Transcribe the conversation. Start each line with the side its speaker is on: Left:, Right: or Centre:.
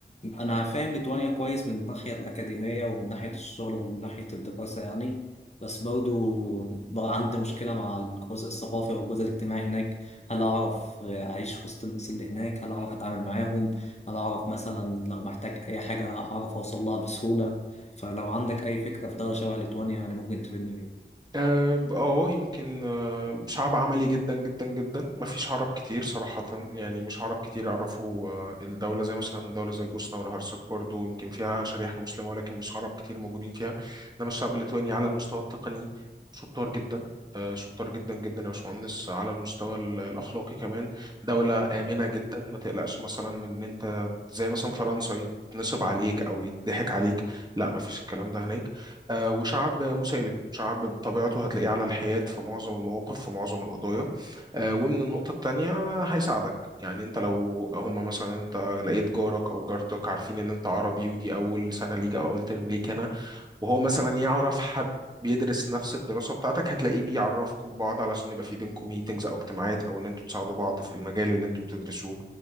Left: انا فاهم ليتوانيا كويس من الناحيه الاكاديميه ومن ناحيه الشغل ومن ناحيه الدراسه يعني بس برضو بقى عندي مشكله مع الجزء الثقافي والجزء الاجتماعي هناك هل اعرف اعيش وسط الناس اللي هناك هل اعرف اتعامل معاهم هل اعرف مثلا لو محتاج اي حاجه اعرف اوصل لها بسهوله فلو عندك اي فكره في دوله شبه ليتوانيا يعني ممكن تفيدني بيها
Right: اه آه، يمكن آه، شعب عملي جدا جدا جدا ما فيش عرب كتير صراحة يعني مش عرب كتير يعرفوا آه، الدولة زي مثلا دولة زي البوسنة والهرسك برضو يمكن فيها شريحة مسلمة ولكن مش عرب كتير موجودين فيها إنما الشعب الليتواني على المستوى التقني شطار جدا آه، شطار جدا جدا يا باشمهندس على المستوى ال- الأخلاقي كمان دولة آمنة جدا ما تقلقش مثلا من إن أنت زي مثلا فرنسا يتنصب عليك أو يتضحك عليك لا ما فيش الكلام ده هناك آه، وشعب مسالم شعب بطبيعته هتلاقيه على الحياد في معظم المواقف في معظم القضايا آه، ومن النقطة التانية هيساعدك يعني انت لو هما مثلا انت لقيت جارك او جارتك عارفين ان انت عربي ودي اول سنة ليك او اول ترم ليك هنا وهو مثلا يعرف حد بيدرس نفس الدراسة بتاعتك هتلاقيه بيعرفكم ببعض علشان يبقى في بينكم ميتنجز أو اجتماعات أو إن أنتوا تساعدوا بعض في المجال اللي أنتوا بتدرسوه